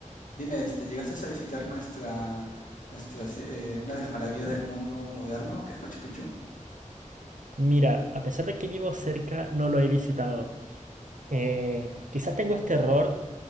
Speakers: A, on the left; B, on the right.
A: dime, este, ¿llegaste a visitar nuestra, nuestra, ci- eh, una de las maravillas del mundo moderno, que es Machu Picchu?
B: Mira, a pesar de que vivo cerca, no lo he visitado. Eh, quizá tengo este error